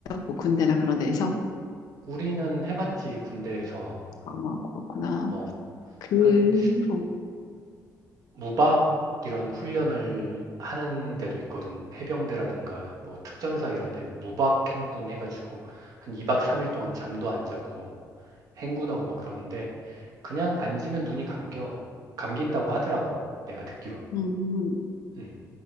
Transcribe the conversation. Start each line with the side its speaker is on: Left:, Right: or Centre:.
Left: 뭐 군대나 그런 데에서?
Right: 우리는 해봤지, 군대에서
Left: 아, 그렇구나.
Right: 뭐
Left: 그럼,
Right: 한 무박 이런 훈련을 하는 데도 있거든. 해병대라든가 뭐 특전사 이런 데는 무박 행군 해가지고 한 2박 3일 동안 잠도 안 자고 행군하고 막 그러는데 그냥 앉으면 눈이 감겨. 감긴다고 하더라고. 내가 듣기론.
Left: 음,
Right: 음.